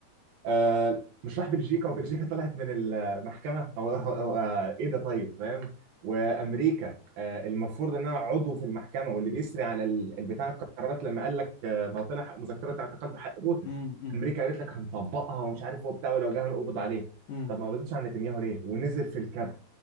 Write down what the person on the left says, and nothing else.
مم. مم.
امم